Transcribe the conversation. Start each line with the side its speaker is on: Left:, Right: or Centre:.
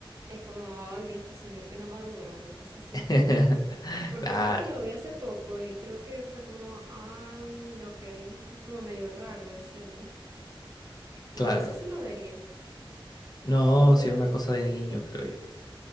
Right: Es como, ay, este señor que no madura, una cosa así.
Left: <laughs>
Right: Por-
Left: Claro,
Right: yo creo que lo vi hace poco y creo que fue como, ah, mm, ok, es como medio raro, decía yo. Pero
Left: claro.
Right: no sé si lo vería.
Left: No,
Right: Nunca
Left: sí,
Right: lo
Left: es
Right: escuché.
Left: una cosa de niño, creo yo.